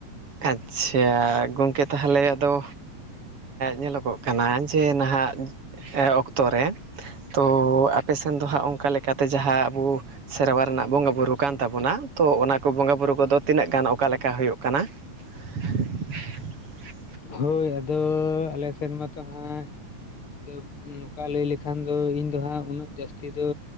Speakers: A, on the right; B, on the left.
A: ᱟᱪᱪᱷᱟ ᱜᱚᱝᱠᱮ ᱛᱟᱦᱞᱮ ᱟᱫᱚ ᱧᱮᱞᱚᱜᱚᱜ ᱠᱟᱱᱟ ᱡᱮ ᱱᱟᱦᱟᱜ ᱚᱠᱛᱚ ᱨᱮ ᱛᱚ ᱟᱯᱮ ᱥᱮᱱ ᱫᱚ ᱦᱟᱸᱜ ᱚᱱᱠᱟ ᱞᱮᱠᱟ ᱛᱮ ᱡᱟᱸᱦᱟ ᱟᱵᱚ ᱥᱮᱨᱣᱟ ᱨᱮᱱᱟᱜ ᱵᱚᱸᱜᱟ ᱵᱩᱨᱩ ᱠᱟᱱ ᱛᱟᱵᱚᱱᱟ ᱛᱚ ᱚᱱᱟ ᱠᱚ ᱵᱚᱸᱜᱟ ᱵᱩᱨᱩ ᱠᱚᱫᱚ ᱛᱤᱱᱟᱹᱜ ᱜᱟᱱ ᱚᱠᱟ ᱞᱮᱠᱟ ᱦᱳᱭᱳᱜ ᱠᱟᱱᱟ? <inaudible>
B: ᱦᱳᱭ ᱟᱫᱚ ᱟᱞᱮ ᱥᱮᱫᱱ ᱢᱟᱛᱚ ᱦᱟᱸᱜ ᱟᱫᱚ ᱱᱚᱝᱠᱟ ᱞᱟᱹᱭ ᱞᱮᱠᱷᱟᱱ ᱫᱚ ᱤᱧ ᱫᱚ ᱦᱟᱸᱜ ᱩᱱᱟᱹᱜ ᱡᱟᱹᱥᱛᱤ ᱫᱚ